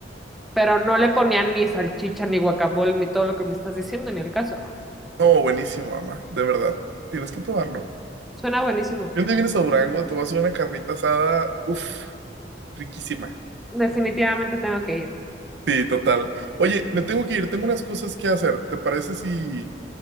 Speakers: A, in the centre; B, on the right (about 70°).
A: Pero no le ponían ni salchicha, ni guacamole, ni todo lo que me estás diciendo, ni el caso.
B: No, buenísimo, ama, de verdad. Tienes que probarlo.
A: Suena buenísimo.
B: Y un día vienes a Durango, te voy a hacer una carnita asada, uff, riquísima.
A: Definitivamente tengo que ir.
B: Sí, total. Oye, me tengo que ir, tengo unas cosas que hacer. ¿Te parece si